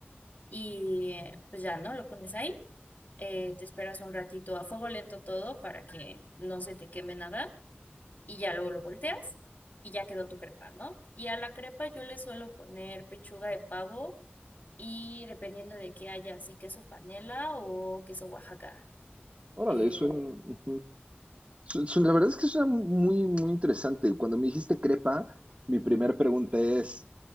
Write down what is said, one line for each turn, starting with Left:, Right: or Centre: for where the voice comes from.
Left: Y eh, pues ya, ¿no? Lo pones ahí. eh, te esperas un ratito a fuego lento todo para que no se te queme nada y ya luego lo volteas y ya quedó tu crepa, ¿no? Y a la crepa yo le suelo poner pechuga de pavo y dependiendo de qué haya, así queso panela o queso Oaxaca.
Right: Órale,
Left: Eh,
Right: suena. Ujú. Su- su- La verdad es que suena muy, muy interesante. Cuando me dijiste crepa, mi primera pregunta es